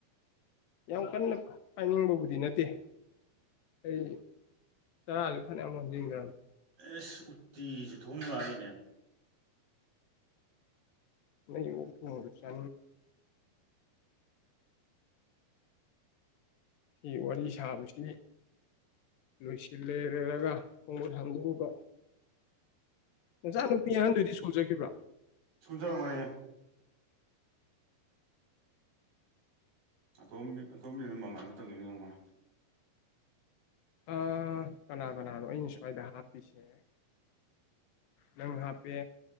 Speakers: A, on the left; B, on the right.
A: ꯌꯥꯝ ꯀꯟꯅ ꯄꯥꯏꯅꯤꯡꯕꯕꯨꯗꯤ ꯅꯠꯇꯦ ꯑꯩ ꯆꯔꯁꯨ ꯐꯅꯌꯥꯝ ꯃꯥꯟꯁꯤꯟꯈ꯭ꯔꯅꯤ
B: ꯑꯦꯁ ꯎꯇꯤꯁꯨꯨ ꯊꯣꯡꯃꯤ ꯃꯥꯜꯂꯤꯅꯦ
A: ꯅꯁ ꯁꯤ ꯋꯥꯔꯤ ꯁꯥꯕꯁꯤ ꯂꯣꯏꯁꯤꯜꯂꯦꯔꯦꯔꯒ ꯈꯣꯡꯃꯨꯠ ꯍꯥꯡꯗꯨꯕ ꯉꯆꯥ ꯅꯨꯄꯤ ꯑꯍꯟꯗꯨꯣꯏꯗꯤ ꯁ꯭ꯀꯨꯜ ꯆꯠꯈꯤꯕ꯭ꯔꯥ
B: ꯁꯨꯟ ꯆꯂꯣ ꯃꯅꯤ ꯣ ꯑꯇꯣꯝꯕꯤꯗꯝ ꯃꯃꯥꯏ ꯑꯃ ꯇꯧꯅꯤꯡꯅꯤ ꯃꯃꯜ
A: ꯑ ꯀꯅꯥ ꯀꯅꯥꯅꯣ ꯑꯩꯅ ꯁ꯭ꯋꯥꯏꯗ ꯍꯥꯞꯄꯤꯁꯦ ꯅꯪ ꯍꯥꯞꯄꯦ